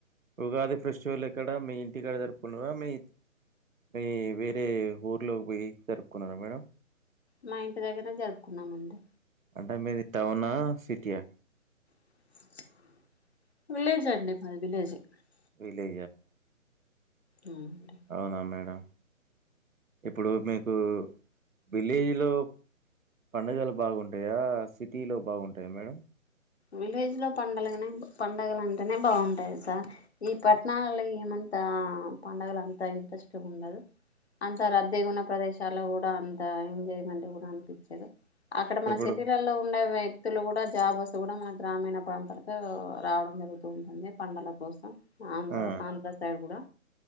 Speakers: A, on the right; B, on the left.
A: ఉగాది ఫెస్టివల్ ఎక్కడ మీ ఇంటిక్కాడ జరుపుకున్నార మీ మీ వేరే ఊర్లో పోయి జరుపుకున్నార మేడం
B: మా ఇంటి దగ్గర జరుపుకున్నామండి
A: అంటే మీది టౌనా సిటీయా
B: <inaudible>
A: వి
B: అవునండి
A: అవునా మేడం ఇప్పుడు మీకు విలేజ్ లో పడుగలు బాగుంటాయా సిటీలో బాగుంటాయా మేడం
B: విలేజ్ లో పండగనే పండగలు అంటేనే బాగుంటాయి సా ఈ పట్టణాలలో ఏమ అంత పండుగల అంతా ఇంట్రెస్ట్ ఉండదు అంత రద్దీ ఉన్న ప్రదేశల్లో కూడా అంత ఎంజాయ్మెంట్ కూడా అనిపించారు అక్కడ మన
A: ఇప్పుడు
B: సిటీలలో ఉండే వ్యక్తులు కూడా జాబ్ వస్త కూడా మన గ్రామీణ ప్రాంతాలకు రావడం జరుగుతూ ఉంటుంది పండల కోసం ఆంధ్ర
A: ఆ
B: ఆంధ్ర సైడ్ కూడా